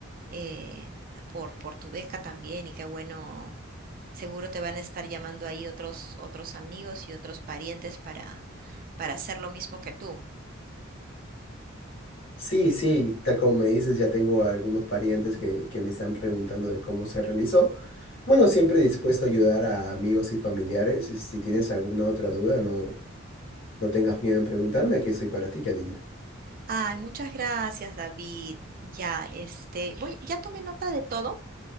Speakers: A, on the right; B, on the left.
A: eh, por, por tu beca también y qué bueno. Seguro te van a estar llamando ahí otros, otros amigos y otros parientes para, para hacer lo mismo que tú.
B: Sí, sí, tal como me dices, ya tengo a algunos parientes que, que me están preguntando de cómo se realizó. Bueno, siempre dispuesto a ayudar a amigos y familiares. y Si tienes alguna otra duda, no, no tengas miedo en preguntarme, aquí estoy para ti, Yadina.
A: Ay, muchas gracias, David. Ya, este, voy, ya tomé nota de todo.